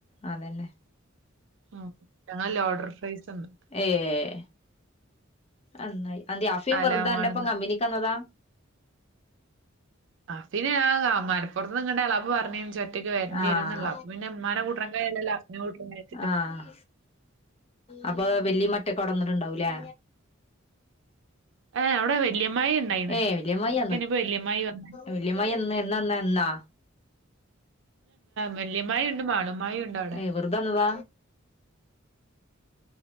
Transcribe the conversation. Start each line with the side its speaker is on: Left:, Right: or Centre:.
Left: അതന്നെ
Right: ആ ഞങ്ങൾ ലോർഡർ ഫ്രൈസ്ന്ന്
Left: ഏഹ് അന്നായി അന്തെ അഫിം
Right: അലാമാണെന്ന്
Left: അൻ്റെ പ്പം വെർതെ കമ്പിനിക്കന്നതാ
Right: അ ഫിനെ ആ ആഹ മലപ്പുറത്ത് നിങ്ങണ്ടാ ളാപ്പപ് പറഞ്ഞേ ജ്‌ ഒറ്റയ്ക്ക് വരണ്ടി
Left: ആഹ്
Right: രും ന്ള്ള് അപ പിന്നെ ഉമ്മാനെ കൂട്ടാൻ കയൂ ലല്ല <inaudible>
Left: ആഹ അപ്പൊ വല്ലിമ്മ ഒറ്റക്കവിടെ നിന്നിട്ടുണ്ടാവൂലേ
Right: ഏ അവിടെ വല്യമ്മായി ഉണ്ടായിന്ന്
Left: ഏ വലിയമ്മായ് ന്ന്
Right: ഇനിയിപ്പോ വല്യമ്മായി വന്നു
Left: വല്യമായി ന്ന എന്നാ വന്നേ ഇന്നാ
Right: വല്യമായി ഉണ്ട് മാളു മ്മായിണ്ട് അവിടെ
Left: ഏ വെറുതെ ന്നത